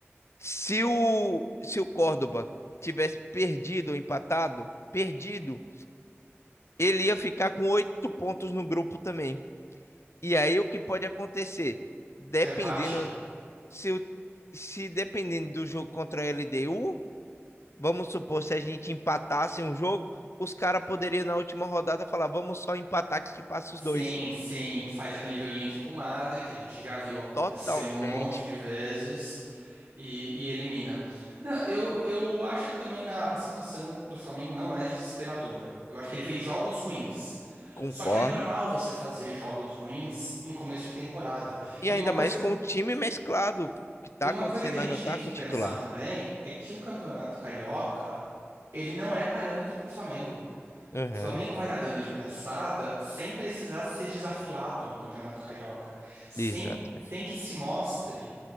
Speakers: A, on the left; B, on the right.
A: se o se o Córdoba tivesse perdido ou empatado, perdido, ele ia ficar com oito pontos no grupo também. E aí o que pode acontecer? Dependendo
B: Seu Tátira.
A: se o, se dependendo do jogo contra a LDU, Vamos supor, se a gente empatasse um jogo, os caras poderiam na última rodada falar: vamos só empatar que passa
B: Sim,
A: os dois.
B: sim, faz aquele joguinho de comadre que a gente já viu acontecer
A: Totalmente
B: um monte de vezes e, e elimina. Não, eu, eu acho que também a, a situação do Flamengo não é desesperadora. Eu acho que ele fez jogos ruins.
A: concordo.
B: Só que é normal você fazer jogos ruins em começo de temporada.
A: E
B: E
A: ainda
B: uma coisa,
A: mais com o time mesclado. O que tá
B: e uma
A: acontecendo
B: coisa que a
A: nós
B: gente
A: não
B: tem
A: tá
B: que
A: com
B: pensar
A: o titular.
B: também é que o Campeonato Carioca, ele não é parâmetro para o Flamengo.
A: Aham,
B: O Flamengo vai nadando de braçada sem precisar ser desafiado no Campeonato Carioca, sem,
A: Exatamente.
B: sem que se mostre